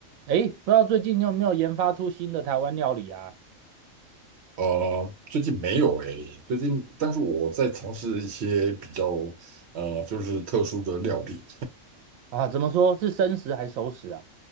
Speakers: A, on the right (about 80°); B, on the right (about 55°).
A: 诶，不知道最近你有没有研发出新的台湾料理啊？
B: 呃，最近没有诶，最近，但是我在尝试一些比较呃，就是特殊的料理，
A: 啊，怎么说是生食还是熟食啊？